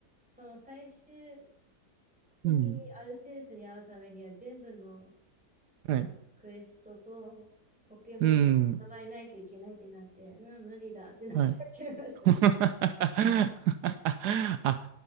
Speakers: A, in the centre; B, on the right (about 75°).
A: その最終的にアルセウスに会うためには全部の
B: うん。
A: そのクエストとポケモンを捕まえないといけないってなって、
B: はいうん。
A: うん、無理だってなっちゃいました。
B: はい。<laughs> あ、